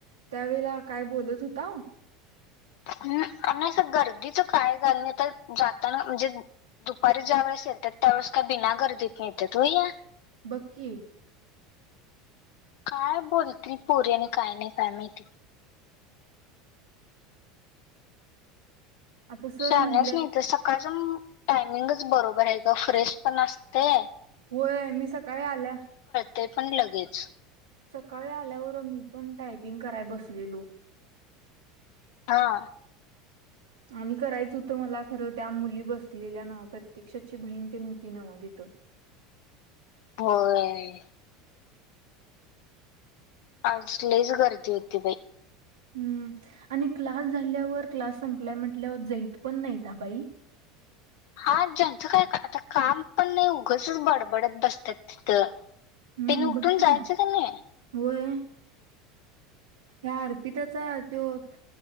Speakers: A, on the right; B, on the left.
A: त्यावेळेला काय बोलत होताव
B: हम् नाही असं गर्दीचं काय झालं तर जाताना म्हणजे दुपारी ज्या वेळेस येतात त्यावेेळेस काय बिना गर्दीतंन येत्यात व्हं ह्या
A: बगं कि
B: काय बोलतिल पोरी आणि काय नाही काय माहिती
A: आता सर
B: शाहणी
A: म्हटल्यात
B: आहेस नितं सकाळ टायमिंगच बरोबर आहे, गं फ्रेश पण असतंय
A: होय मी सकाळी आल्या
B: ते पण लगेच
A: सकाळी आल्यावर मी पण टायपिंग कराय बसलेलो
B: हा.
A: आणि करायच होतं, मला खरं त्या मुली बसलेल्या नव्हं प्रतिक्षा ची बहीण तेण होती नव्हं तिथं
B: होय. आज लईच गर्दी होती बाई
A: हम्म आणि क्लास झाल्यावर क्लास संपलायं, म्हंटल्यावर जाईत पण नाहीता बाई
B: हा ज्यांचं काय आता काम पण नाही उगचचं बडबडत बसत्यात तिथं त्यांनी
A: हम्म
B: उठून
A: बघकी
B: जायचं का नाही
A: होय ह्या अर्पिताचा त्यो